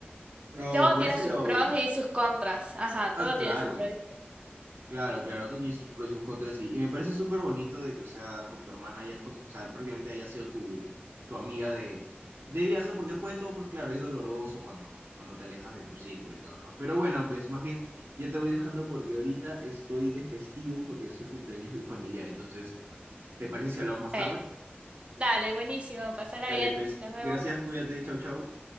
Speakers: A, on the right; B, on the right.
A: Oh,
B: todo
A: por
B: tiene
A: ese
B: sus
A: lado,
B: pros
A: bien.
B: y sus contras. Ajá,
A: Ah,
B: todo
A: claro,
B: tiene sus pros. y-
A: Claro, claro, tú tienes sus pros y sus contras y, y me parece súper bonito de que, o sea, con tu hermana hayas, cons- o sea, prácticamente haya sido tu, tu amiga de, de viaje, porque después de todo, pues claro, es doloroso cuando, cuando te alejas de tu círculo y todo, ¿no? Pero bueno, pues más bien ya te voy dejando porque ahorita estoy de festivo porque es el cumpleaños de un familiar, entonces, ¿te parece si hablamos más
B: Bueno,
A: tarde?
B: dale, buenísimo, pasala
A: Dale,
B: bien,
A: pues,
B: nos vemos.
A: gracias, cuídate, chau, chau.